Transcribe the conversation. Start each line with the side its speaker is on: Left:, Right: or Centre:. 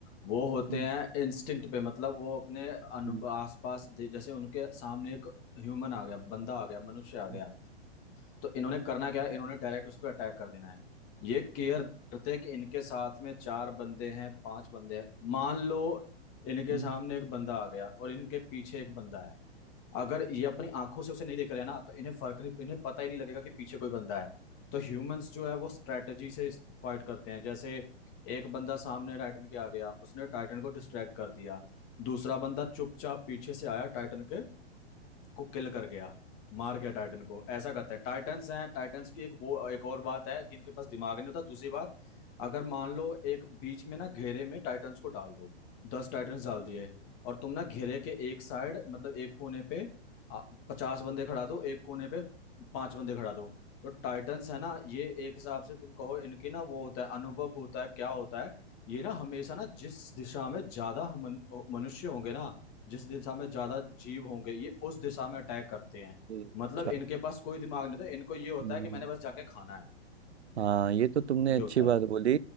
Left: वो होते
Right: हम्म,
Left: हैं इंस्टिंक्ट पे मतलब वो अपने अनु
Right: हम्म,
Left: आसपास दे- जैसे उनके सामने एक ह्यूमन आ गया बंदा आ गया मनुष्य आ गया
Right: हम्म,
Left: तो इन्होंने करना क्या है इन्होंने डायरेक्ट उस पर अटैक कर देना है ये केयर करते हैं कि इनके साथ में चार बंदे हैं पांच बंदे हैं मान लो इनके
Right: हम्म,
Left: सामने एक बंदा आ गया और इनके पीछे एक बंदा है अगर ये अपनी आंखों से उसे नहीं देख रहे हैं ना तो इन्हें फर्क नहीं इन्हें पता ही नहीं लगेगा कि पीछे कोई बंदा है तो ह्यूमंस जो है वो स्ट्रेटजी से फाइट करते हैं जैसे एक बंदा सामने टाइटन के आ गया उसने टाइटन को डिस्ट्रैक्ट कर दिया दूसरा बंदा चुपचाप पीछे से आया टाइटन के को किल कर गया मार गया टाइटन को ऐसा करते हैं टाइटन्स हैं टाइटन्स की एक वो एक और बात है कि इनके पास दिमाग नहीं होता दूसरी बात अगर मान लो एक बीच में ना घेरे में टाइटन्स को डाल दो दस टाइटन्स डाल दिए और तुम ना घेरे के एक साइड मतलब एक कोने पे आ, पचास बंदे खड़ा दो एक कोने पे पांच बंदे खड़ा दो तो टाइटन्स है ना ये एक हिसाब से तुम कहो इनके ना वो होता है अनुभव होता है क्या होता है ये ना हमेशा ना जिस दिशा में ज्यादा हम- मनुष्य होंगे ना जिस दिशा में ज्यादा जीव होंगे ये उस दिशा में अटैक करते हैं
Right: जी।
Left: मतलब
Right: अच्छा
Left: इनके पास कोई दिमाग नहीं होता इनको ये होता
Right: हम्म।
Left: है कि मैंने बस जाके खाना है
Right: हाँ ये तो तुमने
Left: ये
Right: अच्छी
Left: होता
Right: बात
Left: है
Right: बोली